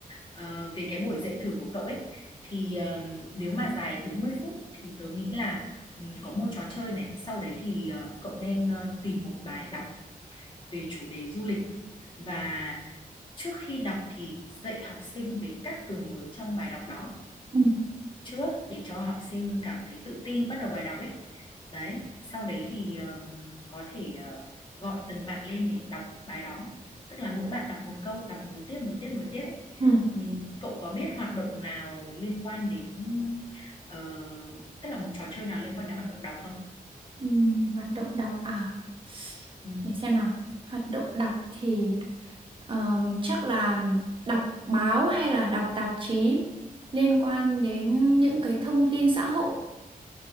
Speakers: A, on the left; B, on the right.
A: ờ, về cái buổi dạy thử của cậu ấy thì ờ, nếu mà dài 40 phút thì tớ nghĩ là ừm, có một trò chơi này, sau đấy thì ờ, cậu nên ờ, tìm một bài đọc về chủ đề du lịch và trước khi đọc thì dạy học sinh về các từ mới trong bài đọc đó
B: Ừ.
A: trước để cho học sinh cảm thấy tự tin bắt đầu bài đọc ấy đấy sau đấy thì ờm, có thể ờ, gọi từng bạn lên để đọc bài đó tức là mỗi bạn đọc một câu đọc nối tiếp nối tiếp nối tiếp ấy
B: ừ,
A: Ừm, cậu có biết hoạt động nào liên quan đến ờ, tức là một trò chơi nào liên quan đến hoạt động đọc không
B: ừ hoạt động đọc à
A: ừ.
B: để xem nào hoạt động đọc thì ờ, chắc là đọc báo hay là đọc tạp chí liên quan đến những cái thông tin xã hội